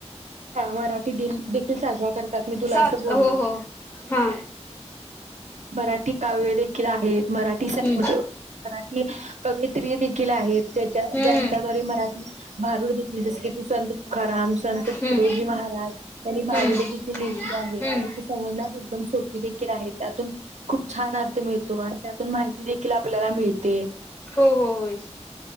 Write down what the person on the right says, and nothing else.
हा मराठी दिन देखील साजरा करतात मी तुला
अस बोललो.
मराठी काव्य देेखील आहेत मराठी संच
म्हणजे मराठी कवियीत्री देखील आहेत त्याच्या
ज्याच्याद्वारे मराठी भारुड देखील जस की तू संत तुकाराम. संत तुकडोजी
महाराज त्यांनी भारुडे
देखील लिहिलेली आहेत.
आणि ते समजन्यास एकदम सो सोपे देखील आहे. त्यातून खूप छान अर्थ मिळतो आणि त्यातून माहिती देखील आपल्याला मिळ ते.